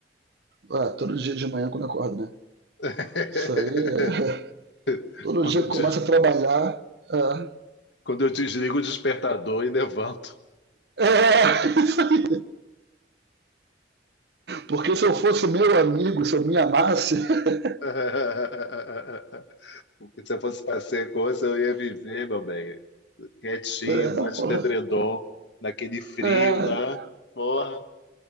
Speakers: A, on the right (about 60°); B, on the left (about 75°).
A: Ah, todo dia de manhã quando eu acordo, né?
B: <laughs>
A: Isso aí é... <laughs> Todo
B: Quando
A: dia
B: eu,
A: que começa
B: de-
A: a trabalhar. É...
B: quando eu desligo o despertador e levanto.
A: <laughs> é isso aí. Porque se eu fosse meu amigo, se eu me amasse. <laughs>
B: <laughs> Porque se eu fosse para ser coisa, eu ia viver, meu bem. Quietinho,
A: É,
B: embaixo
A: porra.
B: do edredom, naquele frio,
A: É.
B: né? Porra.